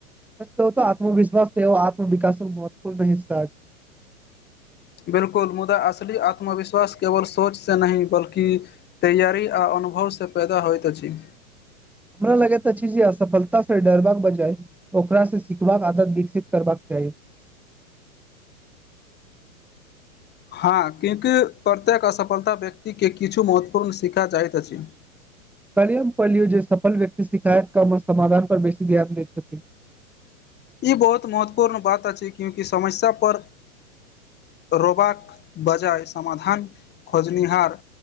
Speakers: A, in the centre; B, on the left.
A: कऽ आत्मविश्वासस एओ आत्मविकास न महत्वपूर्ण हिस्सा अछ
B: बिल्कुल मुदा असल आत्मविश्वास केवल सोच से नहि बल्कि तैयारी आ अनुभवसँ पैदा होइत अछि
A: हमरा लगैत अछी जे असफलता से डरबाक बजए ओकरा से सिखबाक आदत विकसित करबाक चाही
B: हँ किक प्रत्येक असफलता व्यक्तिके किछु महत्वपूर्ण सीखा चाहैत अछि
A: कलियम पलियो जे सफल व्यक्ति शिकायत कम समाधान पर बेसी ध्यान दैत छथिन
B: ई बहुत महत्वपूर्ण बात अछि क्यूंकि समस्या पर रोबाक बजाय समाधान खोजनिहार